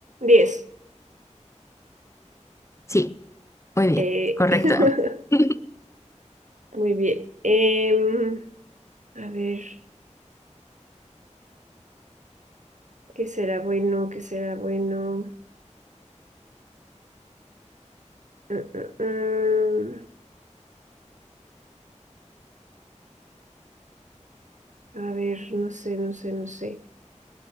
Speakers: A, on the right; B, on the left.
A: Diez.
B: Sí, muy bien,
A: Eh,
B: correcto.
A: <laughs>
B: <laughs>
A: Muy bien. Em, a ver, ¿qué será bueno? ¿Qué será bueno? Mm, mm, mm. A ver, no sé, no sé, no sé.